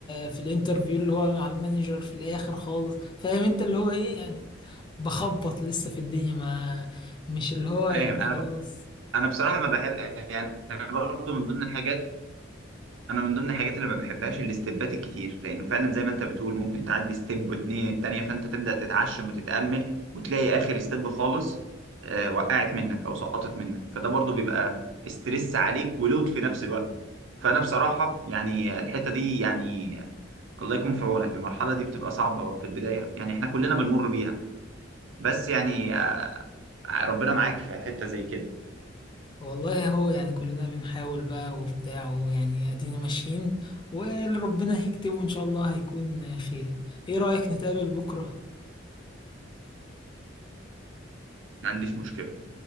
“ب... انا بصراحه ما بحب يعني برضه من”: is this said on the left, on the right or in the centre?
Right